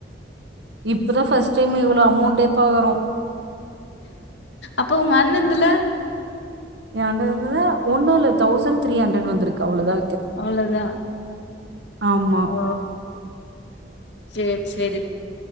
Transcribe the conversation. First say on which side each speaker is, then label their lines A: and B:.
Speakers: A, on the right; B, on the left.
A: இப்பதா ஃபஸ்ட் டைம் இவ்வளோ அமௌண்டே பாக்கறோ
B: அப்ப உங்க அண்ணண்துல
A: எ அண்ணதுல ஒன்னுல தௌசன் த்ரீ ஹண்ட்ரட் வந்துருக்கு அவ்வளோதா
B: அவ்ளோதா
A: ஆமா
B: ஓ சேர் சேரி